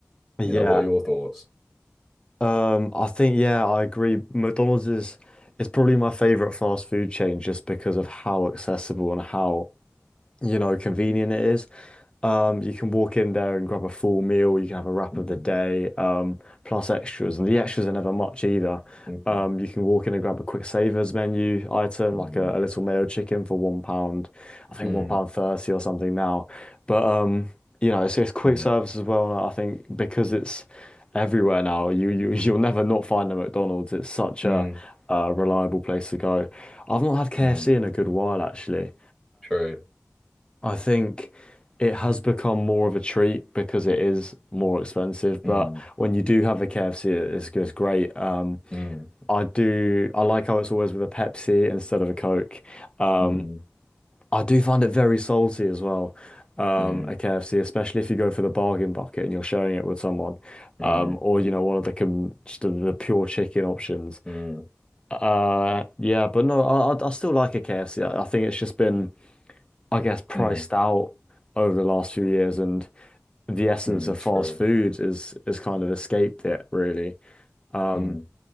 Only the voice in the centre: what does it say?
You know, what are your thoughts?
Mm,
mm,
mm,
mm,
mm,
mm,
mm.
True.
Mm,
mm,
mm,
mm,
mm,
mm,
mm,
mm,
True.
Mm.